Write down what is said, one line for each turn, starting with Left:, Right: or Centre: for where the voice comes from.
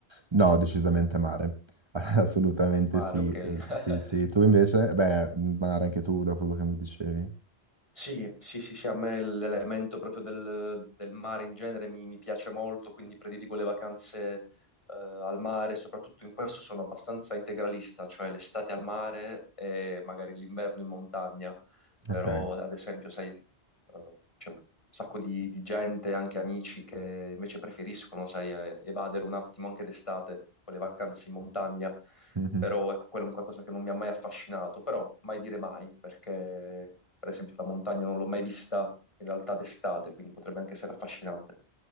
Right: No, decisamente mare. <laughs> Assolutamente
Left: Mare,
Right: sì,
Left: ok.
Right: Eh, sì, sì.
Left: <laughs>
Right: Tu invece? Beh, mare anche tu da quello che mi dicevi.
Left: Sì, sì, sì, sì, a me l'elemento proprio del, del mare in genere mi, mi piace molto, quindi prediligo le vacanze eh, al mare, soprattutto in questo sono abbastanza integralista, cioè l'estate al mare e magari l'inverno in montagna, però
Right: Ok.
Left: ad esempio, sai, eh, c'è un sacco di, di gente, anche amici, che invece preferiscono, sai, eh, evadere un attimo anche d'estate con le vacanze in montagna.
Right: Mhm.
Left: però ecco, quello è un qualcosa che non mi ha mai affascinato, però mai dire mai, perché per esempio la montagna non l'ho mai vista in realtà d'estate, quindi potrebbe anche essere affascinante.